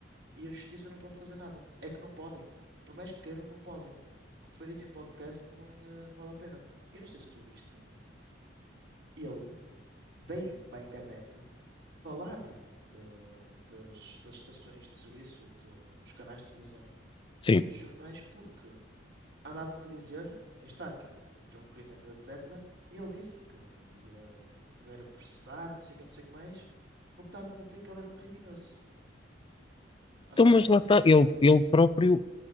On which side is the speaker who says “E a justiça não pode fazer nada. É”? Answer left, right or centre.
Right